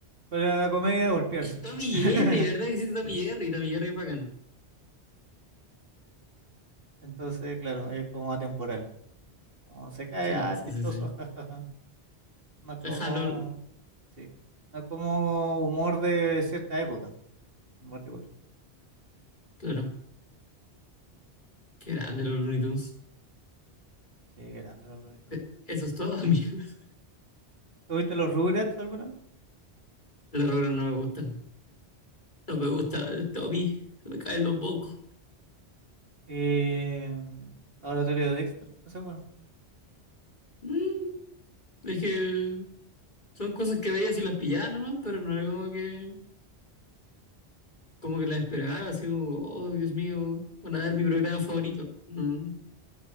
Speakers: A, on the right (about 60°); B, on the left (about 45°).
A: fuera de la comedia, golpearse.
B: Tommy
A: <laughs>
B: Jerry, ¿verdad que sí? Tommy Jerry. Tommy Jerry es bacán.
A: Entonces, claro, es como atemporal. Como se cae,
B: Sí,
A: ah,
B: sí,
A: chistoso,
B: sí, sí.
A: <laughs> jajaja. No es
B: Jaja,
A: como,
B: LOL.
A: sí, no es como humor de cierta época, en particular.
B: Claro. Qué grande los Looney Tunes.
A: Sí, grande los Looney Tunes.
B: E- Eso es todo, <laughs> amigos.
A: ¿Tú viste los Rugrats alguna vez?
B: Los errores no me gustan. No me gusta el Tommy. Se me caen los bocos.
A: Eh, mm, Laboratorio de Dexter, no sé, bueno.
B: Mm, es que son cosas que veías y las pillaba nomás, pero no era como que, como que las esperaba. Así como, oh, Dios mío, van a dar mi programa favorito. Mm.